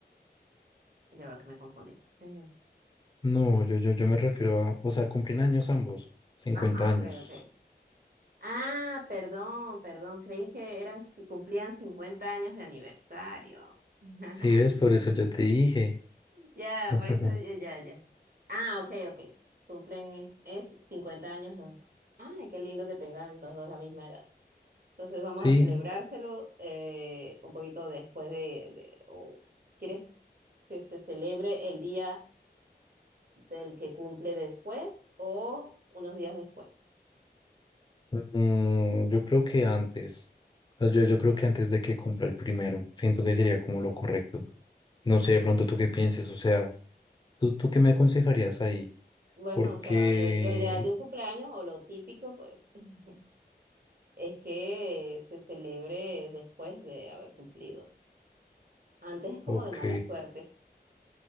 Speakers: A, on the right; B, on the left.
A: Ya va que me confundí. Ujú.
B: No, yo, yo, yo me refiero a, o sea, cumplen años ambos, 50
A: Ajá,
B: años.
A: ok, ok. Ah, perdón, perdón. Creí que eran que cumplían 50 años de aniversario. <laughs>
B: Sí, es por eso yo te dije.
A: Ya,
B: <laughs>
A: por eso, ya, ya. Ah, ok, ok. Cumplen, eh, es 50 años los dos. Ay, qué lindo que tengan los dos la misma edad. Entonces vamos
B: Sí,
A: a celebrárselo eh, un poquito después de, de- o ¿quieres que se celebre el día del que cumple después o unos días después?
B: mm, yo creo que antes, o sea, yo, yo creo que antes de que cumpla el primero, siento que sería como lo correcto. No sé, de pronto tú qué pienses, o sea, ¿tú, tú qué me aconsejarías ahí?
A: Bueno,
B: Porque,
A: o sea, lo, lo ideal de un cumpleaños o lo típico, pues, <laughs> es que se celebre después de haber cumplido. Antes es como
B: ok,
A: de mala suerte.